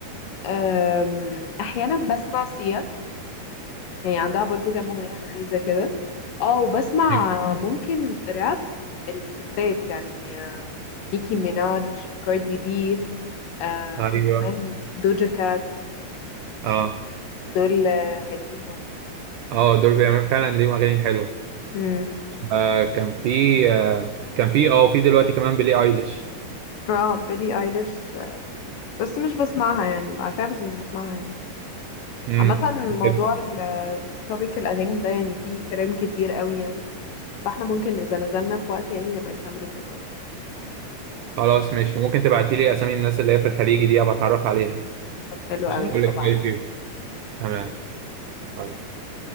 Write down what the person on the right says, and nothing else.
ايوه
ايوه
اه
اه دول بيعملوا فعلا ليهم اغاني حلوه
آه كان في آه كان في اه في دلوقتي كمان بيلي ايليش
امم
بحب.
خلاص ماشي ممكن تبعتي لي اسامي الناس اللي هي في الخليج دي ابقى اتعرف عليها
عشان
اقول
لك رايي فيهم تمام
خلاص